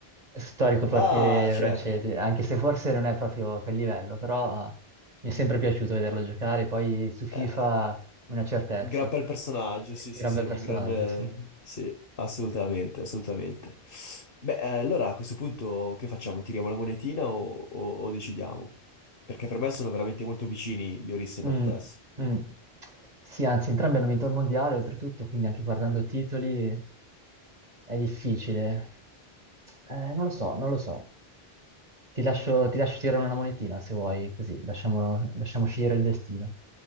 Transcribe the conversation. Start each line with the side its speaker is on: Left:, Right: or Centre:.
Right: storico portiere
Left: Ah, certo.
Right: francese, anche se forse non è proprio a quel livello, però eh, mi è sempre piaciuto vederlo
Left: Ah,
Right: giocare, poi su FIFA
Left: eh,
Right: una certezza.
Left: Un gran bel personaggio, sì,
Right: Gran
Left: sì, sì,
Right: bel
Left: un
Right: personaggio,
Left: gran... eh,
Right: sì.
Left: Sì, assolutamente, assolutamente. Beh, eh, allora a questo punto che facciamo? Tiriamo la monetina o, o- o decidiamo? Perché per me sono veramente molto vicini Ioris e Bartes.
Right: Mm, mm. Sì, anzi, entrambi hanno vinto il mondiale, oltretutto, quindi anche guardando titoli è difficile. Eh, non lo so, non lo so. Ti lascio, ti lascio tirare una monetina se vuoi, così lasciamo, lasciamo scegliere il destino.